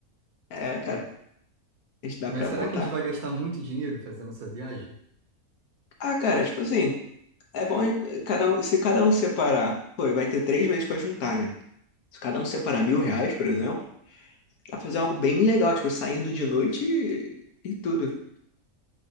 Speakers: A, on the left; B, on the right.
A: É, cara, a gente dá
B: Mas
A: pra
B: será
A: montar.
B: que a gente vai gastar muito dinheiro fazendo essa viagem?
A: Ah, cara, tipo assim, é bom eh, cada um, se cada um separar, pô, vai ter três meses pra juntar, né? Se cada um separar mil reais, por exemplo, dá pra fazer algo bem legal, tipo, saindo de noite e, e tudo.